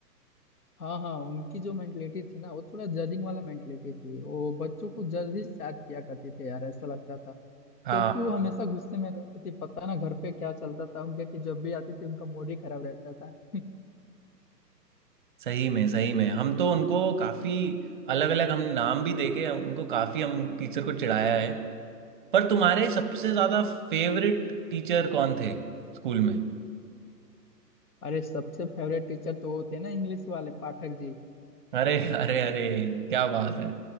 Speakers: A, on the left; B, on the right.
A: हाँ हाँ उनकी जो मेंटलिटी थी ना वो थोड़ा जजिंग वाला मेंटलिटी थी वो बच्चों को जज ही शायद किया करते थे यार ऐसा लगता था
B: हाँ
A: क्योंकि वो हमेशा गुस्से में रहते थे पता ना घर पे क्या चलता था उनके कि जब भी आते थे उनका मूड ही खराब रहता था <laughs>
B: सही में सही में हम तो उनको काफी अलग अलग हम नाम भी देके उनको काफी हम टीचर को चिढ़ाया है पर तुम्हारे सबसे ज्यादा फेवरेट टीचर कौन थे स्कूल में
A: अरे सबसे फेवरेट टीचर तो वो थे ना इंग्लिश वाले पाठक जी
B: अरे अरे अरे क्या बात है